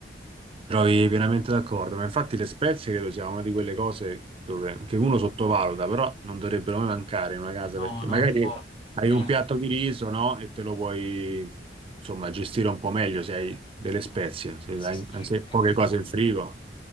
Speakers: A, on the right (about 30°); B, on the left (about 30°).
A: Mi trovi pienamente d'accordo, ma infatti le spezie credo sia una di quelle cose dove, che uno sottovaluta, però non dovrebbero mai mancare in una casa
B: No,
A: perché
B: no,
A: magari
B: tipo
A: hai
B: nella...
A: un piatto di riso, no? E te lo puoi, insomma, gestire un po' meglio se hai delle spezie, se hai
B: Sì,
A: anche
B: sì, è
A: poche
B: vero.
A: cose in frigo,